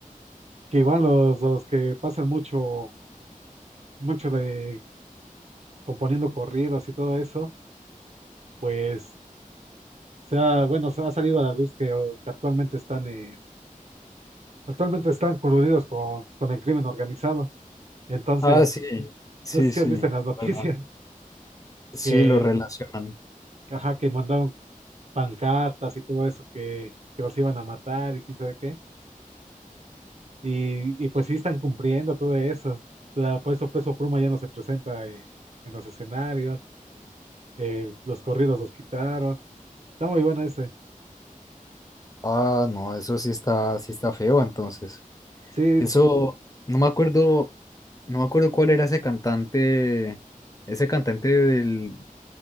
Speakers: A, on the right (about 50°); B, on the left (about 25°).
A: que igual los, los que pasan mucho, mucho de componiendo corridos y todo eso, pues, se ha- bueno, se ha salido a la luz que, oh, que actualmente están en Actualmente están coludidos con, con el crimen organizado. Entonces,
B: Ah, sí, sí,
A: no sé si
B: sí,
A: has visto en las <laughs> noticias
B: verdad. Sí,
A: que,
B: lo relacionan.
A: ajá, que mandaron pancartas y todo eso, que, que los iban a matar y quién sabe qué. Y, y pues sí están cumpliendo todo eso. O sea, por eso Peso Pluma ya no se presenta en, en los escenarios. eh, los corridos los quitaron. Está muy bueno ese.
B: Ah, no, eso sí está, sí está feo, entonces.
A: Sí,
B: Eso, no me acuerdo, no me acuerdo cuál era ese cantante, ese cantante del,